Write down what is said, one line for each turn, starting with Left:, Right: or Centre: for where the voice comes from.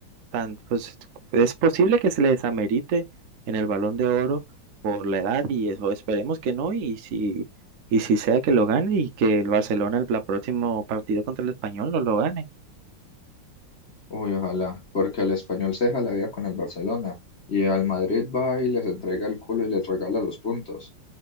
Right: tan, pues es posible que se les amerite en el Balón de Oro por la edad y eso, esperemos que no, y si, y si sea que lo gane y que el Barcelona el, la próximo partido contra el Español no lo gane.
Left: Uy, ojalá, porque al español se deja la vida con el Barcelona y al Madrid va y les entrega el culo y les regala los puntos.